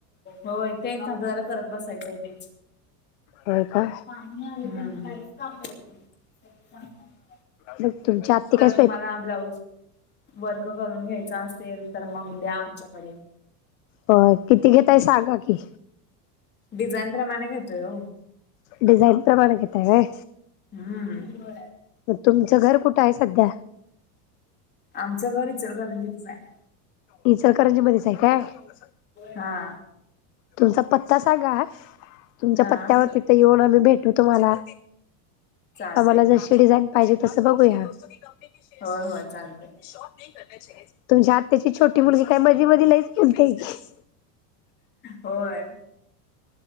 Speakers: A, on the left (about 20°); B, on the left (about 55°).
A: होय तेच जदार करत बसायचंय तेच.
B: होय का.
A: पणी क. <unintelligible>
B: बघ तुमच्या आत्या. <unintelligible>
A: तुम्हाला ब्लाऊज वर्क करून घ्यायचा असेल तर मग द्या आमच्याकडे.
B: ब किती घेतात सांगा की?
A: डिझाईन प्रमाणे घेताय होव.
B: डिझाईन प्रमाणे घेताय होय.
A: हम्म
B: मग तुमचं घर कुठं आहे सध्या?
A: आमच्या घरीचार रंजीतच आहे.
B: हचरकरांची बरीच आहे काय. <unintelligible>
A: हा.
B: तुमचा पत्ता सांगा? तुमच्या
A: हा
B: पत्त्यावरती येऊन आम्ही भेटू तुम्हाला
A: चालतय
B: आम्हाला
A: की
B: जशी डिझाईन. पाहिजे तसं बघूया. <unintelligible>
A: होय होय चालतय
B: तुमच्या आत्याची छोटी मुलगी काय मध्ये मध्ये लईच बोलते की.
A: होय